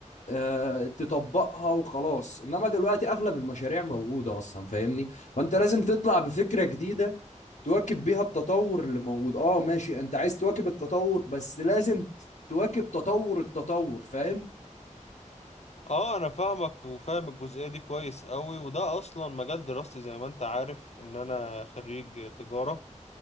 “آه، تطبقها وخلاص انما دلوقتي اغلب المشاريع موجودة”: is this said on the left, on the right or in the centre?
Left